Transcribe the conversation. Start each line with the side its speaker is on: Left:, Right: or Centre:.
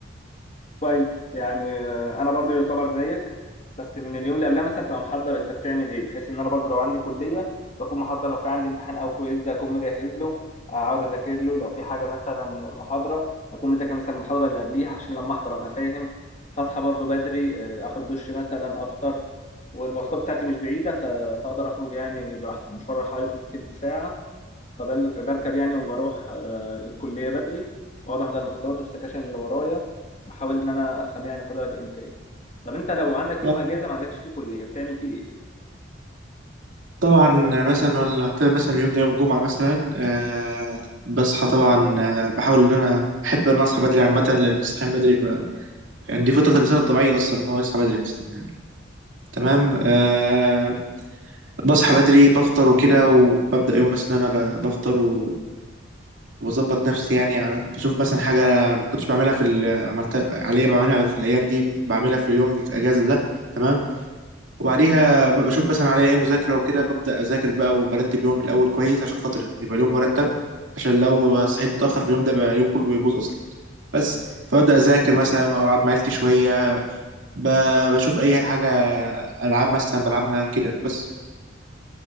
Left: كويس يعني آه، انا برضو يعتبر زيك بس من اليوم اللي قبلها مثلا تبقى محضر انت بتعمل ايه بحيث ان انا برضو لو عندي كليه بكون محضر لو في عندي امتحان او كويز اكون مجهز له اقعد اذاكر له لو في حاجه مثلا محاضره اكون مذاكر مثلا المحاضره اللي قبليها عشان لما احضر ابقى فاهم فاصحى برضو بدري آه، اخد دش مثلا افطر والمواصلات بتاعتي مش بعيده ف- فاقدر اخرج يعني براحتي مشوار حوالي تلت ساعه فبل- بركب يعني وبروح آه، للكلية بدري وأقعد أحضر المحاضرات والسكاشن اللي ورايا بحاول إن أنا أفهم يعني قدر الإمكان طب أنت لو عندك يوم
Right: يعني
Left: أجازة ما عندكش فيه كلية بتعمل فيه إيه؟
Right: طبعا مثلا ولا أعتبر مثلا اليوم ده يوم جمعة مثلا آه بصحى طبعا آه، بحاول إن أنا أحب إن أنا أصحى بدري عامة لأن الصحيان بدري بقى يعني دي فطرة الإنسان الطبيعية أصلا إن هو يصحى بدري أصلا يعني تمام آه بصحى بدري بفطر وكده وببدأ يوم مثلا أنا ب- بفطر و- وبظبط نفسي يعني ع- بشوف مثلا حاجة أنا ما كنتش بعملها في ال- عملتها عليا بعملها في الأيام دي بعملها في اليوم الأجازة ده تمام وبعديها بشوف مثلا عليا ايه مذاكرة وكده ببدأ أذاكر بقى وبرتب يومي الأول كويس عشان خاطر يبقى اليوم مرتب عشان لو صحيت متأخر في اليوم ده بقى اليوم كله بيبوظ أصلا بس فببدأ أذاكر مثلا وأقعد مع عيلتي شوية ب- بشوف أي حاجة ألعاب مثلا بلعبها كده بس